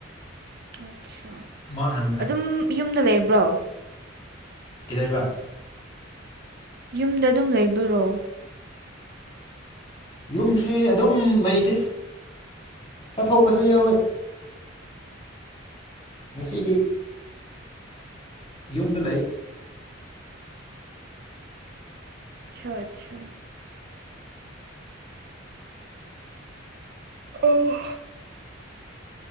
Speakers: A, on the right; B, on the left.
A: ꯑꯠꯁꯥ
B: ꯃꯥꯡꯍꯟꯈ꯭ꯔꯦ
A: ꯑꯗꯨꯝ ꯌꯨꯝꯗ ꯂꯩꯕ꯭ꯔꯣ
B: ꯀꯩꯗꯩꯕ
A: ꯌꯨꯝꯗ ꯑꯗꯨꯝ ꯂꯩꯕꯔꯣ
B: ꯌꯨꯝꯁꯤ ꯑꯗꯨꯝ ꯂꯩꯇꯦ ꯆꯠꯊꯣꯛꯄꯁꯨ ꯌꯥꯎꯏ ꯉꯁꯤꯗꯤ ꯌꯨꯝꯗ ꯂꯩ
A: ꯑꯆꯥ ꯑꯆꯥ ꯑꯣ